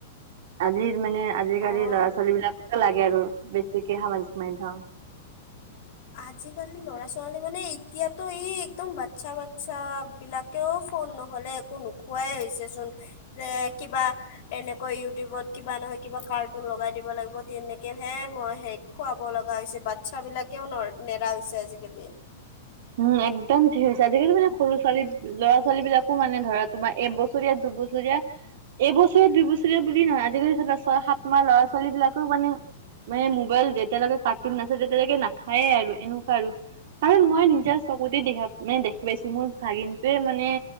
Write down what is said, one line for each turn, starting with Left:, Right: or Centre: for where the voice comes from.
Right: আজিৰ মানে আজিকালি
Left: অ
Right: ল'ৰা ছোৱালী বিলাক লাগে আৰু বেছিকে সামাজিক মাধ্যম।
Left: আজিকালি ল'ৰা ছ ছোৱালী মানে এতিয়াতো এই একদম বাচ্ছা বাচ্ছা বিলাকেও ফোন নহলে একো নোখোৱা হৈছে চোন যে কিবা এনেকৈ ইউটিউবত কিবা নহয় কিবা কাৰ্টুন লগাই দিব লাগিবনে খুৱাব লগা হৈছে বাচ্ছাবিলাকেও ন নেৰা হৈছে আজিকালি
Right: উম একদম ঠিক হৈছে আজিকালি মানে সৰু ছোৱালী ল'ৰা ছোৱালী বিলাকো মানে ধৰা তোমাৰ এবছৰীয়া দুবছৰীয়া এবছৰীয়া দুইবছৰীয়া বুলিয়েই নহয় আজিকালি স ছয় সাত মাহ ল'ৰা ছোৱালী বিলাকও মানে মানে মোবাইল যেতিয়ালৈকে কাৰ্টুন নাছাই তেতিয়ালৈকে নাখায়ে আৰু এনেকুৱা আৰু কাৰণ মই এতিয়া চকুতে দেখা মানে দেখি পাইছো মোৰ ভাগিনটোৱে মানে